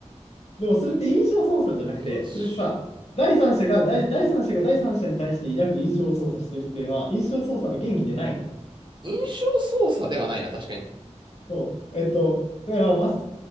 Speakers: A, on the left; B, on the right.
A: でもそれって印象操作じゃなくて、
B: 印
A: それってさ、第三者が、第、第三者が第三者に対して抱く印象を操作してるっていうのは、印象操作の原理でないの。
B: 象、印象操作ではないな、確かに。
A: そう。えっと、だからマス